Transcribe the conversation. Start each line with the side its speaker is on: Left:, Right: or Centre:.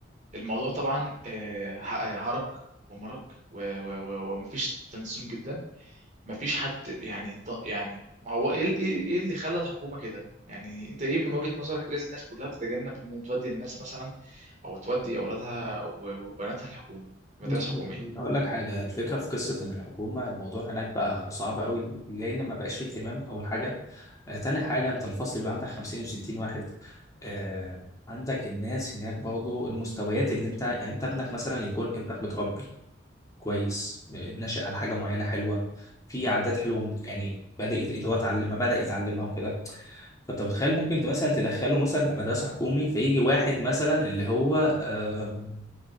Right: الموضوع طبعا آه، ه- هرج ومرج و- و- و- ومفيش تنسيق جدا مفيش حد يعني ط- يعني ما هو ايه ال- ايه إيه اللي خلى الحكومة كده يعني انت ايه من وجهة نظرك ليه الناس كلها تتجنب ان تودي الناس مثلا او تودي اولادها و- وبناتها الحكومة المدارس
Left: بص
Right: الحكومية
Left: هقول لك حاجة الفكرة في قصة إن الحكومة الموضوع هناك بقى صعب قوي لأن ما بقاش فيه اهتمام أول حاجة آه، تاني حاجة أنت الفصل بيبقى عندك 50 و60 واحد آه، عندك الناس هناك برضه المستويات اللي أنت يعني أنت ابنك مثلا يكون ابنك متربي كويس ناشئ على حاجه معينه حلوه في عادات حلوه يعني بدا يت- اللي هو اتعلم ما بدا يتعلمها وكده فانت متخيل ممكن ت- مثلا تدخله مثلا مدرسه حكومي فيجي واحد مثلا اللي هو آه،